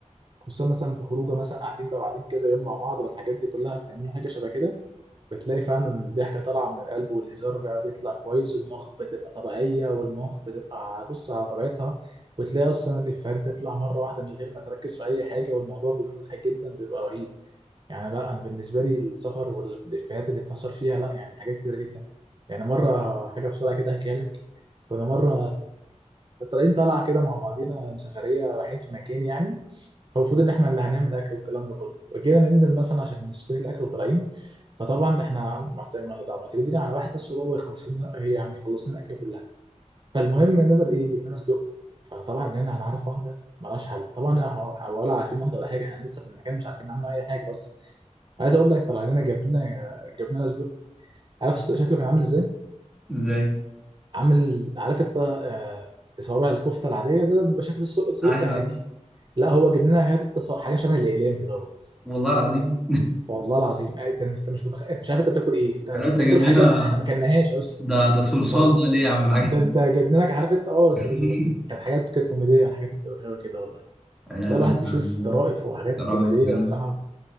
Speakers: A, on the right; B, in the centre.
A: خصوصا مثلا في خروجة مثلا قاعدين بقى قاعدين كذا يوم مع بعض والحاجات دي كلها بتعملوا حاجة شبه كده بتلاقي فعلا إن الضحكة طالعة من القلب والهزار بقى بيطلع كويس والمواقف بتبقى طبيعية والمواقف بتبقى ع- بص على طبيعتها وتلاقي أصلا الإفيهات بتطلع مرة واحدة من غير ما تركز في أي حاجة والموضوع بيبقى مضحك جدا بيبقى رهيب يعني لا أنا بالنسبة لي السفر والإفيهات اللي بتحصل فيها لا يعني حاجات كتيرة جدا يعني مرة حاجة بسرعة كده أحكيها لك كنا مرة طالعين طالعة كده مع بعضينا سفرية رايحين في مكان يعني فالمفروض إن إحنا اللي هنعمل أكل والكلام ده كله وجينا ننزل مثلا عشان نشتري الأكل وطالعين فطبعا احنا محت- ما طب ما تجينا على واحد بس هو يخلص لنا هي يعني خلص لنا الاكل كلها فالمهم نزل ايه جبنا لنا صدق فطبعا لقينا هنعرف واحده ملهاش حل طبعا ه- ه- ولا عارفين واحده ولا حاجه احنا لسه في المكان مش عارفين عنه اي حاجه اصلا عايز اقول لك طلع لنا جاب لنا جاب لنا صدق عارف الصدق شكله كان عامل ازاي
B: ازاي
A: عامل عارف انت آه، صوابع الكفته العاديه ده بيبقى شكل الصدق الصدق
B: ايوه
A: العادي
B: أيوة.
A: لا هو جاب لنا حاجات- حاجه شبه الاقلام كده اهوت
B: والله العظيم
A: والله العظيم يعني انت انت مش بتخ... انت مش عارف انت بتاكل ايه انت بتاكل
B: لا انت جايب
A: حاجه
B: لنا
A: احنا ما كلناهاش اصلا
B: ده ده صلصال
A: فلا
B: ده ليه يا عم الحاج
A: ده ده جبنا لك عارف انت اه بس
B: <laughs>
A: بس- بس- كانت حاجات كانت كوميديه والحاجات اللي بتبقى حلوه كده والله
B: لا
A: لا الواحد
B: لا
A: بيشوف
B: فعلاً،
A: طرائف وحاجات
B: رائع
A: كوميديه
B: كده
A: الصراحه